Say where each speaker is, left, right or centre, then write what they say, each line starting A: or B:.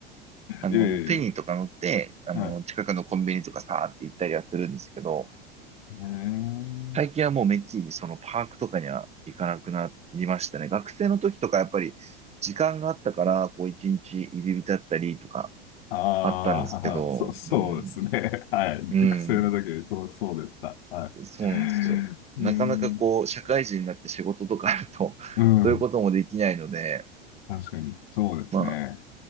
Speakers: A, on the right; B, on the left.
A: あの、
B: ええ、
A: ペニーとか乗って、あの、
B: はい。
A: 近くのコンビニとかさーって行ったりはするんですけど、
B: うーん
A: 最近はもうめっきりそのパークとかには行かなくなりましたね。学生の時とかやっぱり時間があったから、こう一日入り浸ったりとか
B: ああ、
A: あったんですけど、
B: ははそう、そうですね。
A: うん、
B: はい。学生の時そう、
A: うん。
B: そうでした。はい。
A: そうなんですよ。
B: う
A: なかなかこう、
B: ーん、
A: 社会人になって仕事とかあると、
B: うん、
A: <laughs> そういうこともできないので、
B: 確かに、そうですね。
A: ま